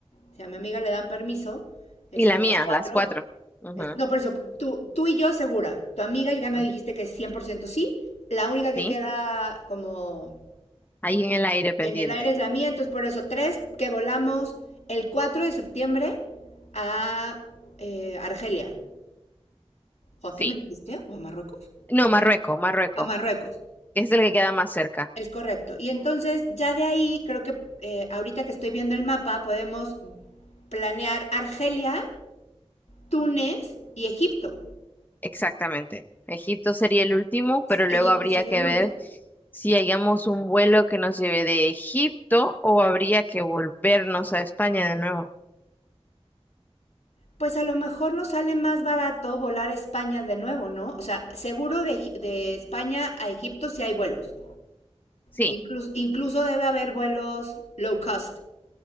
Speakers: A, on the left; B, on the left.
A: si a mi amiga le dan permiso, este,
B: Y la mía,
A: las cuatro,
B: las cuatro. Ujú,
A: es- No, por eso, tú, tú y yo segura. Tu amiga ya me
B: ujú.
A: dijiste que es 100% sí. La única que
B: Sí,
A: queda como
B: ahí en el aire pendiente.
A: en el aire es la mía. Entonces, por eso, tres que volamos el 4 de septiembre a eh, Argelia. ¿O a
B: Sí.
A: qué me dijiste? ¿O a Marruecos?
B: No,
A: ¿Era?
B: Marruecos, Marruecos,
A: A Marruecos.
B: que es el que queda más cerca.
A: Es correcto. Y entonces, ya de ahí, creo que eh, ahorita que estoy viendo el mapa, podemos planear Argelia, Túnez y Egipto.
B: Exactamente. Egipto sería el último, pero
A: Egipto
B: luego habría
A: sería
B: que
A: el
B: ver
A: último.
B: si hallamos un vuelo que nos lleve de Egipto o habría que volvernos a España de nuevo.
A: Pues a lo mejor nos sale más barato volar a España de nuevo, ¿no? O sea, seguro de, Egi- de España a Egipto sí hay vuelos.
B: Sí.
A: Incluso, incluso debe haber vuelos low cost.